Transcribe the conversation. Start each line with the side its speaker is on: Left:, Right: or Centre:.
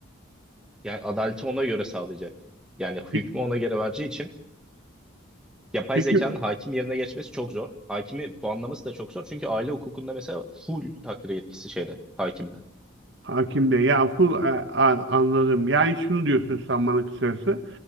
Centre: yani adaleti ona göre sağlayacak. Yani
Right: Peki,
Centre: hükmü ona göre vereceği için yapay
Right: peki
Centre: zekanın hakim yerine geçmesi çok zor. Hakimi puanlaması da çok zor. Çünkü aile hukukunda mesela full takdir yetkisi şeyde, hakimde.
Right: Hakim Bey ya full a- a- anladım. Yani şunu diyorsun sen bana kısacası.